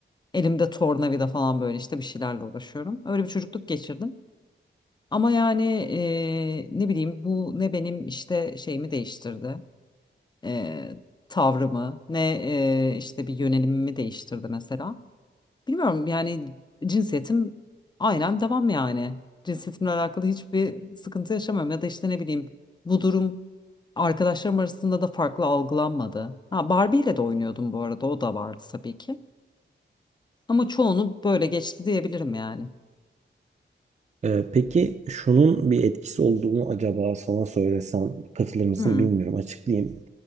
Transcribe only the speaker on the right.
Ee, peki şunun bir etkisi olduğunu acaba sana söylesem katılır mısın
bilmiyorum açıklayayım.